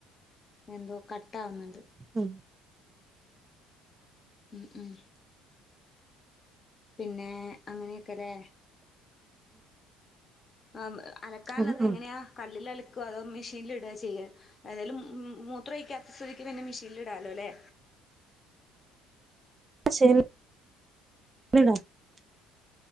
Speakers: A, on the left (about 35°); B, on the right (about 30°).
A: എന്തോ കട്ടാവുന്നുണ്ട്
B: ഉം
A: ഉം ഉം പിന്നെ അങ്ങനെയൊക്കെലേ ആഹ് അലക്കാനുള്ളത്
B: ഉം ഉം
A: എങ്ങനെയാ കല്ലിലലക്കോ അതോ മെഷീൻല്ടാചെയ്യാ ഏതായാലും ഉം ഉം മൂത്രമൊഴിക്കാത്ത സ്ഥിതിക്ക് പിന്നെ മിഷീല്ല് ടാലോല്ലേ
B: <unintelligible>